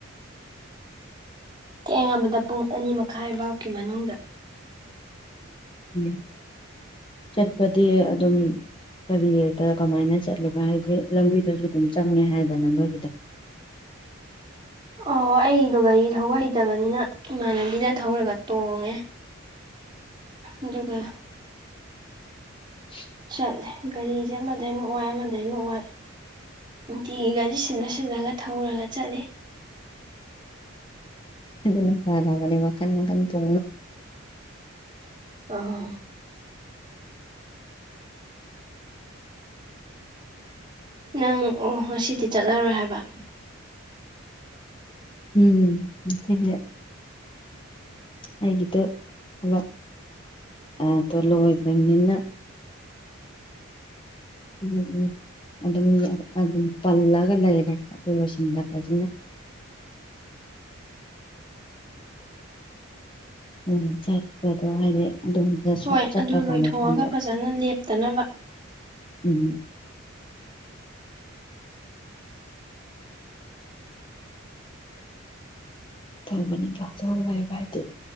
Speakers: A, on the right; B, on the left.
A: ꯊꯦꯡꯉꯕꯗ ꯄꯨꯡ ꯑꯅꯤ ꯃꯈꯥꯏꯕꯥꯎꯀꯤ ꯃꯅꯨꯡꯗ
B: ꯎꯝ ꯆꯠꯄꯗꯤ ꯑꯗꯨꯝ ꯀꯔꯤꯗ ꯀꯃꯥꯏꯅ ꯆꯠꯂꯤꯕ ꯍꯥꯏꯗꯤ ꯂꯝꯕꯤꯗꯨꯁꯨ ꯑꯗꯨꯝ ꯆꯪꯉꯦ ꯍꯥꯏꯗꯅ ꯃꯣꯏꯒꯤꯗ
A: ꯑꯣ ꯑꯩꯗꯣ ꯒꯥꯔꯤ ꯊꯧꯕ ꯍꯩꯇꯕꯅꯤꯅ ꯏꯃꯥꯟꯅꯕꯤꯗ ꯊꯧꯔꯒ ꯇꯣꯡꯉꯦ ꯑꯗꯨꯒꯒ
B: <unintelligible>
A: ꯆꯠꯂꯦ ꯒꯥꯔꯤꯁꯦ ꯑꯃꯗꯩꯃꯨꯛ ꯑꯣꯏ ꯑꯃꯗꯩꯃꯨꯛ ꯑꯣꯏ ꯅꯨꯡꯇꯤꯒꯤ ꯒꯥꯔꯤ ꯁꯤꯜꯂ ꯁꯤꯜꯂꯒ ꯊꯧꯔꯒ ꯆꯠꯂꯤ
B: ꯑꯗꯨꯅ ꯐꯔꯒꯅꯤ ꯃꯀꯥꯟ ꯃꯀꯥꯟ ꯄ
A: ꯑ ꯅꯪ ꯑꯣ ꯉꯁꯤꯗꯤ ꯆꯠꯂꯔꯣꯏ ꯍꯥꯏꯕ
B: ꯎꯝ ꯊ ꯍꯥꯏꯒꯤꯗꯨꯕ ꯑ ꯇꯣꯂ ꯍꯣꯏꯗꯅꯤꯅ ꯎꯝ ꯎꯝ ꯑꯗꯨꯝ ꯑꯗꯨꯝ ꯄꯜꯂꯒ ꯂꯩꯔꯦ ꯑꯗꯨꯕꯕꯁꯤꯟꯗ ꯐꯖꯅ ꯎꯝ ꯆꯠꯄꯗꯣ ꯍꯥꯏꯗꯤ ꯑꯗꯨꯣꯝꯗ
A: ꯍꯣꯏ
B: ꯆꯠꯄ
A: ꯑꯗꯨ
B: ꯀꯥꯟꯗ
A: ꯂꯣꯏꯊꯣꯛꯑꯒ
B: ꯁꯣꯝꯗ
A: ꯐꯖꯅ ꯂꯦꯞꯇꯅꯕ
B: ꯎꯝ ꯇꯧꯕꯅꯤ ꯀꯣ ꯇꯧꯔꯣꯏꯦꯕ ꯍꯥꯏꯗꯤ